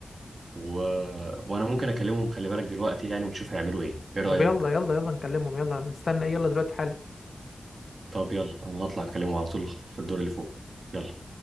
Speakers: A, on the right; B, on the left.
A: و... وأنا ممكن أكلمهم خلي بالك دلوقتي يعني ونشوف هيعملوا إيه إيه رأيك؟
B: طب يلا يلا يلا نكلمهم يلا انا مستنى ايه يلا دلوقتي حالا
A: طب يلا أنا هطلع أكلمهم على طول في الدور اللي فوق يلا